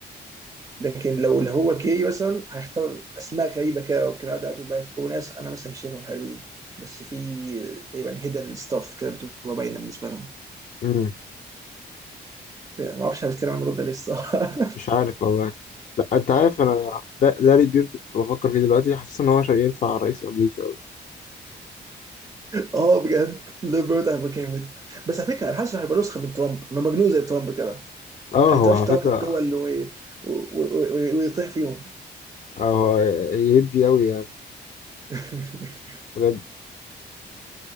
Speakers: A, on the right (about 20°); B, on the left (about 45°).
A: لكن لو اللي هو جاي مثلا هيختار اسماء غريبه كده ممكن اقعد اقعد بقى يذكروا ناس انا مثلا مش شايفهم حلوين بس في تقريبا هيدن ستاف كده بتبقى باينه بالنسبه لهم
B: امم
A: يعني ما اعرفش هنتكلم عن الموضوع ده لسه <laughs>
B: مش عارف والله لا انت عارف انا دا- داري بيرد كنت بفكر فيه دلوقتي حاسس ان هو شيء ينفع رئيس امريكا قوي
A: اه بجد ليبرت هيبقى جامد بس على فكره انا حاسس إنه هيبقى نسخه من ترامب من مجنون زي ترامب كده
B: اه
A: هيتشتاق
B: هو على فكره
A: الدول و- و- و- ويطيح فيهم
B: آه هو يدي قوي يعني
A: <laughs>
B: بجد